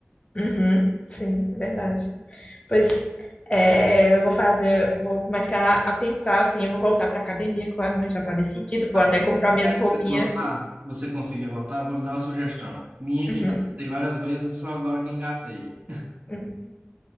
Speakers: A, on the left (about 25°); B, on the right (about 40°).
A: Uhum. Sim, é verdade. Pois é, eu vou fazer, eu vou começar a pensar assim, eu vou voltar para academia, claro, né? Já tá decidido, vou até
B: Quando
A: comprar
B: você
A: minhas
B: vai
A: roupinhas.
B: voltar, você conseguir voltar, vou lhe dar uma sugestão. Minha
A: Uhum.
B: que já tentei várias vezes, só agora que engatei.
A: Uhum.